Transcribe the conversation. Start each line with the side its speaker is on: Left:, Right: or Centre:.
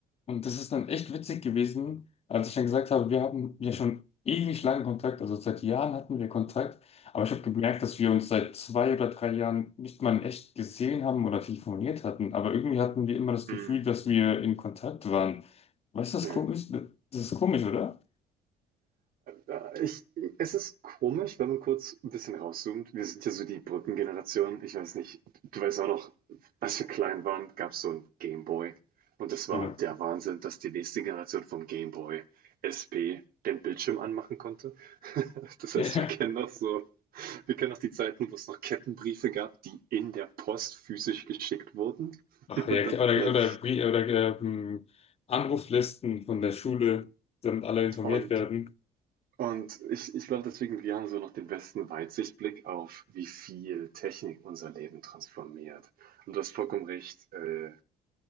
Left: Und das ist dann echt witzig gewesen, als ich dann gesagt habe, wir haben ja schon ewig lange Kontakt, also seit Jahren hatten wir Kontakt, aber ich habe gemerkt, dass wir uns seit zwei oder drei Jahren nicht mal in echt gesehen haben oder telefoniert hatten, aber irgendwie hatten wir immer das Gefühl,
Right: Hm,
Left: dass wir in Kontakt waren. Weißt du, das
Right: ja.
Left: ist komisch? Das ist komisch, oder?
Right: Äh, Ich, es ist komisch, wenn man kurz ein bisschen rauszoomt. Wir sind ja so die Brückengeneration. Ich weiß nicht, du weißt auch noch, als wir klein waren, gab es so ein Game Boy. Und das war
Left: Genau. <laughs>
Right: der Wahnsinn, dass die nächste Generation vom Game Boy SP den Bildschirm anmachen konnte. <laughs> Das
Left: Ja.
Right: heißt, wir kennen noch so, wir kennen noch die Zeiten, wo es noch Kettenbriefe gab, die in der Post physisch geschickt wurden.
Left: Ach,
Right: <laughs>
Left: ja,
Right: Und dann
Left: klar.
Right: hat
Left: oder,
Right: man,
Left: oder, Brie- oder, ähm, Anruflisten von der Schule, damit alle informiert
Right: und
Left: werden.
Right: Und ich, ich glaube deswegen, wir haben so noch den besten Weitsichtblick auf, wie viel Technik unser Leben transformiert. Und du hast vollkommen recht. Äh,